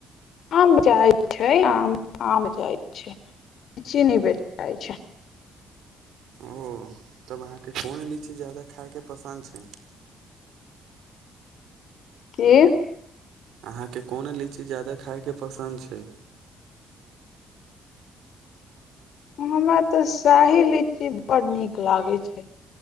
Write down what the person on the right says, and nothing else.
ओऽह तब अहाँके कोन लीची जा्यादा खायके पसन्द छै
अहाँकेँ कोन लीची ज्यादा खायके पसन्द छै